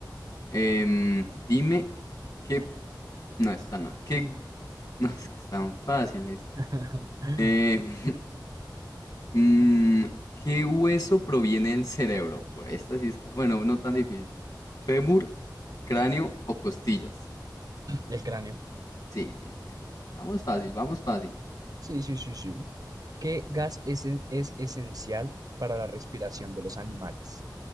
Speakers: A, on the left; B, on the right.
A: Em, dime qué... No, esta no. ¿Qué... No, es que están fáciles.
B: <laughs>
A: Em, <laughs> Mm, ¿qué hueso proviene del cerebro? Por esta sí está. Bueno, no tan difícil. ¿Fémur, cráneo o costillas?
B: El cráneo.
A: Sí, bien, bien, bien. Vamos fácil, vamos fácil.
B: Sí, sí, sí, sí. ¿Qué gas es, es esencial para la respiración de los animales?